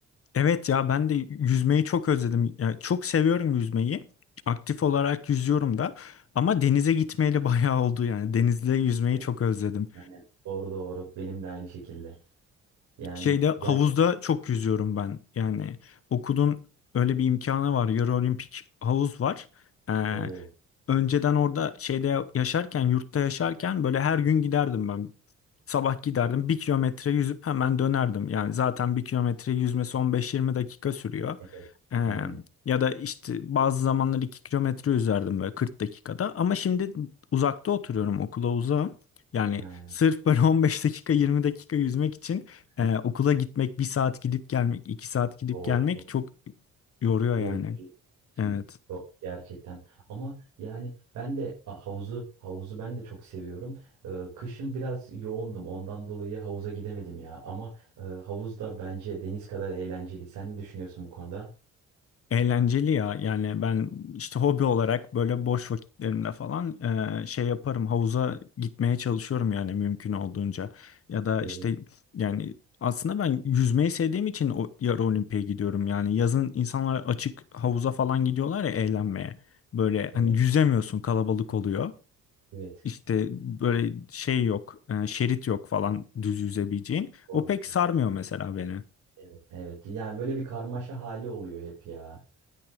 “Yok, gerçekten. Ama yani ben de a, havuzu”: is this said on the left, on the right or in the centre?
Right